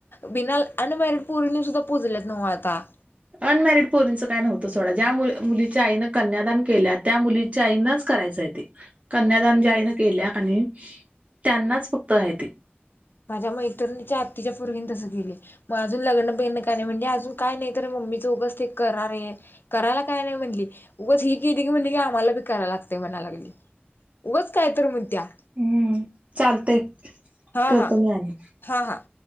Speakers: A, on the left; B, on the right.
A: बिना अनमेरिड पोरीनी सुद्धा पुजल्यात नव्ह आता.
B: अनमॅरिड पोरींचं काय नव्हतं सोडा, ज्या मुलीच्या आईनं कन्यादान केल्या त्या मुलीच्या आईनच करायच ते कन्यादान ज्या आई न केल्या कनई त्यांनाच फक्त हाय ते.
A: माझ्या मैत्रिणीच्या आत्तीच्या पोरगीन तसं केली, माझ अजून लग्न बिग्न काय नाइ म्हणली अजून काय नाय तर म म्मीच उगच ते करा रे करायला काय नाय म्हटली उगच ही केली की म्हटली की आम्हाला बी कराय लागतय. ते म्हणा लागली, उगच काय तर मणत्या.
B: हम्म चालतंय
A: हा,
B: करतो
A: हा,
B: मी आणि
A: हा, हा.